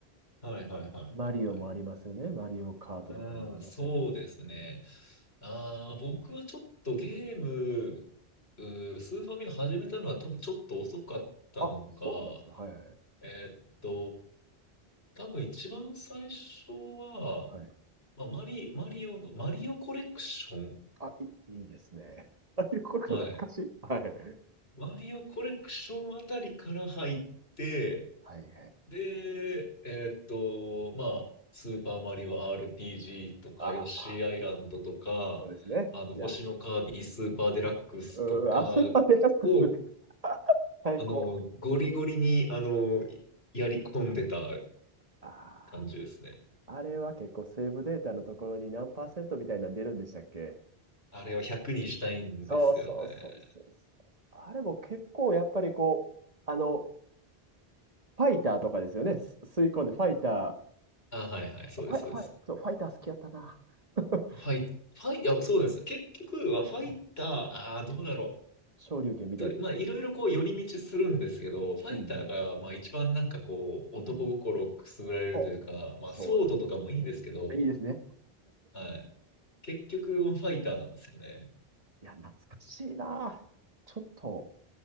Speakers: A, on the left; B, on the right.
A: はいはいはいはいはい。
B: マリオもありますよね。マリオカートとかもありましたけど。
A: ああ、そうですね。ああ、僕はちょっとゲーム、うースーファミが始めたのは多分ちょっと遅かったのか、
B: あ、そうなんですか。はいはい。
A: えーっと、多分一番最初は、
B: はい。
A: まあ、マリ、マリオの、マリオコレクション
B: あ、いい、いいですね。ああいうこと懐かしい。
A: はい。
B: はい。
A: マリオコレクションあたりから入って、
B: はいはい。
A: で、えーっと、まあ、スーパーマリオ RPG とか、
B: ああ、
A: ヨッシーアイランドとか、
B: そうですね。
A: あの、
B: いや、
A: 星のカービィスーパーデラックスとか
B: うん、あそこでックス。
A: を、
B: <laughs> 最高。
A: あの、ゴリゴリに、あの、いやり込んでた
B: あ
A: 感じですね。
B: あ、あれは結構セーブデータのところに何パーセントみたいなの出るんでしたっけ
A: あれを100にしたいんですよね。
B: そうそうそうそうそう。あれも結構やっぱりこう、あの、ファイターとかですよね。す吸い込んでファイタ
A: あ、はいはい、そうです、
B: ー、ファイ、
A: そうです。
B: ファイ、そう、ファイター好きやったな。<laughs>
A: ファイ、ファイ、いや、そうなんですよ。結局は、ファイター、
B: はい
A: ああ、どうだろう。
B: 昇竜拳みたいな。
A: と、まあ、いろいろこう、寄り道するんですけど、ファイターが、
B: うんうん
A: まあ、一番なんかこう、男心をくすぐられるというか、
B: うんうんそう
A: まあ、
B: そ
A: ソードとかもいいんですけど、
B: う。いいですね。
A: はい。結局、ファイターなんですよね。
B: いや、懐かしいな。ちょっと、